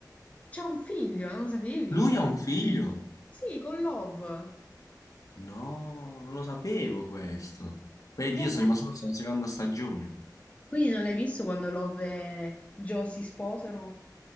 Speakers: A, on the left (about 20°); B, on the left (about 50°).
A: C'è un figlio, non lo sapevi?
B: Lui ha un figlio?
A: Sì, con Love.
B: No, non lo sapevo questo. Beh, io
A: Eh,
B: sono rimasto solo alla seconda stagione.
A: Quindi non l'hai visto quando Love e Joe si sposano?